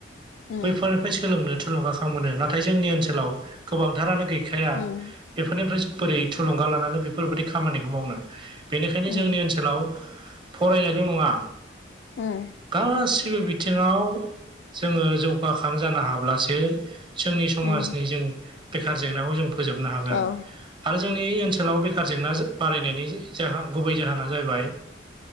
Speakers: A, on the left; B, on the right.
A: उम
B: बैफोरनिफ्राय सोलोंनो थुलुंगाखां मोनो नाथाय जोंनि ओनसोलाव गोबांथारानो गैया खायफाया
A: उम
B: बेफोरनिफ्राय बोरै थुलुंगा लानानै बेफोरबायदि खामानिखौ मावनो बेनिखायनो
A: उम
B: जोंनि ओनसोलाव फरायनायल' नंङा
A: उम
B: गासै गासैबो बिथिंङाव जोंङो जौगाखां जानो हाब्लासो जोंनि समाजनि
A: उम
B: जों बेखार जेंनाखौ जों फोजोबनो हागोन
A: औ
B: आरो जोंनि ओनसोलाव बेखार जेंना बारायनायनि जाहोन गुबै जाहोना जाहैबाय।